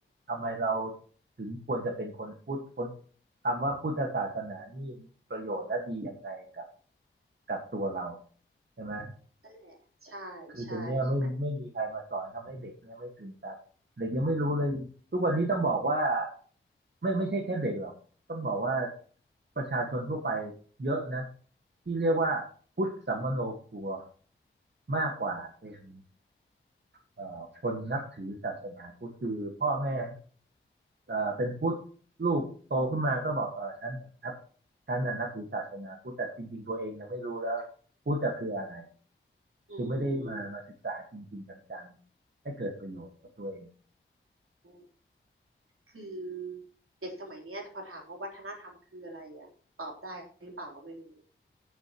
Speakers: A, on the right; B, on the right.
A: ทำไมเราถึงควรจะเป็นคนพุทธคนคำว่าพุทธศาสนานี่มีประโยชน์และดียังไงกับกับตัวเราใช่ไหม
B: นั่นแหละใช่ใช่มัน
A: คือตรงเนี้ยไม่ไม่มีใครมาสอนทำให้เด็กเนี่ยไม่ซึมซับเด็กยังไม่รู้เลยทุกวันนี้ต้องบอกว่าไม่ไม่ใช่แค่เด็กหรอกต้องบอกว่าประชาชนทั่วไปเยอะนะที่เรียกว่าพุทธสัมมโนครัวมากกว่าเป็น เอ่อคนนับถือศาสนาพุทธคือพ่อแม่เอ่อเป็นพุทธลูกโตขึ้นมาก็บอกเออฉันน่ะนับฉันน่ะนับถือศาสนาพุทธแต่จริงๆตัวเองยังไม่รู้แล้วพุทธะคืออะไร
B: อืมอืม
A: คือไม่ได้มามาศึกษาจริงๆจังๆให้เกิดประโยชน์กับตัวเอง
B: อืมคือเด็กสมัยเนี้ยพอถามว่าวัฒนธรรมคืออะไรอ่ะตอบได้หรือเปล่าก็ไม่รู้